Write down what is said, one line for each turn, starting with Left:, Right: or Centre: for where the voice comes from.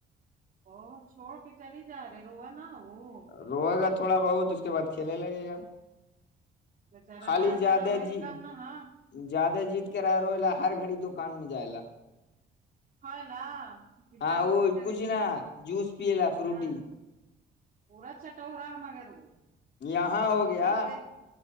Right: او چھوڑ کے چلی ہی جا رہے روو نا وہ
Left: روئے گا تھوڑا بہت اس کے بعد کھیلے لگے گا
Right: بچارا
Left: خالی
Right: را
Left: زیادہ
Right: جرا وہی
Left: جی
Right: کام نہ ہاں
Left: زیادہ جیت کے رہ رو لا ہر گھڑی دکان میں جائے لا
Right: خ لا کہ
Left: ہاں
Right: پیسہ
Left: وہ
Right: تو خرید
Left: کچھ
Right: کے
Left: نہ
Right: دو
Left: جوس پیے لا فروٹی
Right: ہاں پورا چٹ رہا مگر وہ
Left: یہاں ہو
Right: چھوٹا
Left: گیا
Right: سے